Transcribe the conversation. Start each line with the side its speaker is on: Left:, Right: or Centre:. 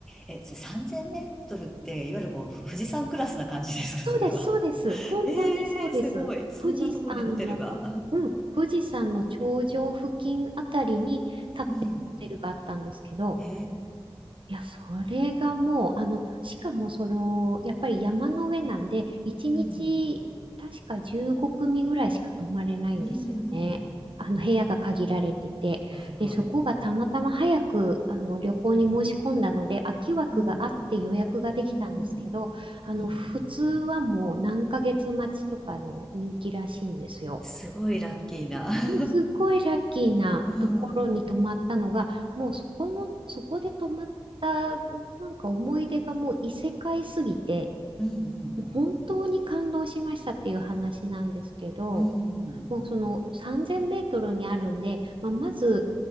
Centre: え、それ3000メートルって、いわゆるこう、ふ富士山クラスな感じですか、
Right: そうです、
Centre: それは。
Right: そうです。
Centre: <laughs>
Right: 本当にそうです。
Centre: ええー、すごい。そんなところにホテルが。
Right: 富士山の、うん、富士山の頂上付近あたりに立ってるホテルがあったんですけど、
Centre: うん。えー、
Right: いや、それがもう、あの、しかもその、やっぱり山の上なんで、1日、
Centre: うん、
Right: 確か15組ぐらいしか泊まれないんですよね。
Centre: うん、うんうん、
Right: あの、
Centre: うん。
Right: 部屋が限られてて。
Centre: はい、はい。
Right: で、そこがたまたま早く、あの、旅行に申し込んだので、空き枠があって予約ができたんですけど、
Centre: うん、うん、うん、
Right: あの、
Centre: うん。
Right: 普通はもう何ヶ月待ちとかの人気らしいんですよ。
Centre: すごいラッキーな。<laughs>
Right: すごいラッキーなところに泊まったのが、
Centre: うん、
Right: もうそこの、そこで泊まった、なんか思い出がもう異世界すぎて、
Centre: うん、
Right: もう本当に感動しましたっていう話なんですけど、
Centre: うん、うん。
Right: もうその3000メートルにあるんで、まあ、まず、